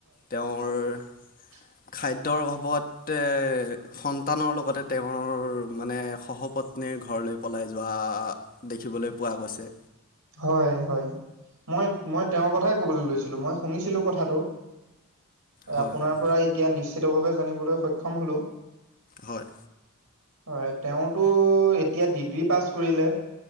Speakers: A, on the left; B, on the right.
A: তেওঁৰ
B: <unintelligible>
A: খাদ্যৰ অভাৱত এ সন্তানৰ লগতে তেওঁৰ মানে ঘৰলৈ পলাই যোৱা দেখিবলৈ পোৱা গৈছে।
B: হয় হয় মই মই তেওঁৰ কথাই কবলৈ লৈছিলো মই শুনিছিলো কথাটো।
A: হয়
B: আপোনাৰ
A: হয়
B: পৰা এতিয়া নিশ্চিতভাৱে জানিবলৈ সক্ষম হলো
A: হয়
B: হয় তেওঁতো এতিয়া ডিগ্ৰী পাছ কৰিলে